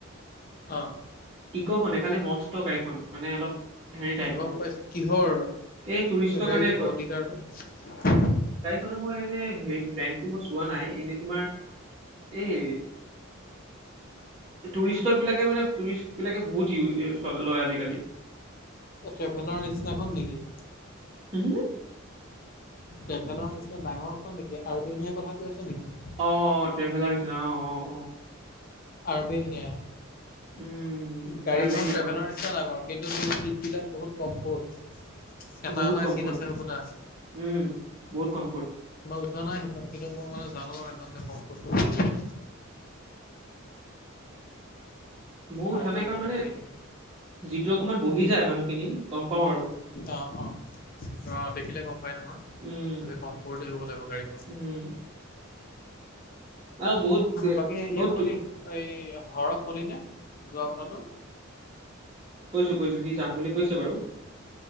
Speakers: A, on the left; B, on the right.
A: অ
B: ইকো খনে খালি মস্ত কৈ গাড়ীখন মানে অলপ হেৰি টাইপ
A: গম
B: আৰু
A: পাইছো কিহৰ
B: এই টুৰিষ্টৰ
A: হেৰিটো
B: কাৰণে
A: ক অধিকাৰটো
B: গাড়ীখনৰ মই এনে হে ব্ৰেণ্ডটো মই চোৱা নাই এনে তোমাৰ এই টুৰিষ্টৰ বিলাকে মানে টুৰিষ্ট বিলাকে বহুত লয় আজিকালি
A: ট্ৰেভেলাৰ নিচিনাখন নেকি
B: <inaudible>
A: ট্ৰেভেলাৰ নিচিনা ডাঙৰ খন নেকি আৰ্মেনিয়া কথা কৈ আছ নেকি
B: অ', অ', ট্ৰেভেলাৰ নিচিনা অ', অ', অ',
A: আৰবেনিয়া
B: উম
A: গাড়ীখন
B: আৰ্বেনিয়া
A: ট্ৰেভেলৰ
B: ন
A: নিছিনা ডাঙৰ কিন্তু চিট বিলাক বহুত কম্ফৰ্ট এটা
B: বহুত
A: এটা
B: কমফৰ্ট
A: চিট আছে হ'ব লা
B: উম বহুত কমফৰ্ট
A: উঠা নাই সেই কিন্তু মই মানে জানো আৰু সেইখন যে কম্ফৰ্তটো ভাল বুলি
B: মই উঠা
A: আৰ্বেনিয়া
B: নাই কাৰণ মানে
A: আৰ্বেনিয়া
B: যিটো অকমান বহি যায় মানুহখিনি গম পাওঁ আৰু
A: অ', অ', অ', দেখিলে গম পাই নহয়
B: উম
A: গতিকে কম্ফৰ্তে হ'ব লাগিব গাড়ীখন
B: উম আৰু বহুত এ,
A: বাকী
B: বহুত
A: ইয়াক কলি
B: তো-
A: এই হৰক কলি নে যোৱা কথাটো
B: কৈছো কৈছো সি যাম বুলি কৈছে বাৰু